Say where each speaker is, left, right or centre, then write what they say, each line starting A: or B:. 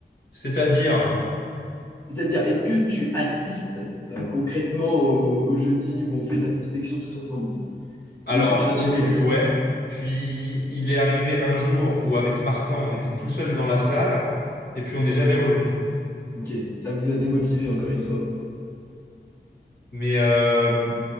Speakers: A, on the left; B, on the left.
A: c'est-à-dire,
B: C'est-à-dire, est-ce que tu assistes euh, concrètement au, au jeudi où on fait de la prospection tous ensemble?
A: alors
B: Ou est-ce que tu restes
A: au
B: chez
A: début,
B: toi?
A: ouais. Puis il est arrivé un jour où avec Martin, on était tout seul dans la salle et puis on n'est jamais revenu.
B: Ok, ça vous a démotivé encore une fois.
A: Mais euh,